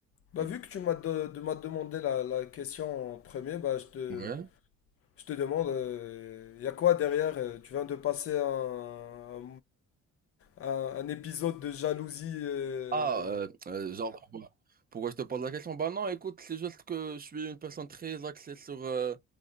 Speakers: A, on the left; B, on the right.
A: Bah,
B: Du
A: vu
B: coup.
A: que tu m'as de- de- m'as demandé la, la question en premier, bah, je te,
B: Ouais.
A: je te demande, il y a quoi derrière? euh, Tu viens de passer un, un, un épisode de jalousie. euh.
B: Ah, euh, euh, genre, pourquoi, pourquoi je te pose la question? Bah non, écoute, c'est juste que je suis une personne très axée sur euh,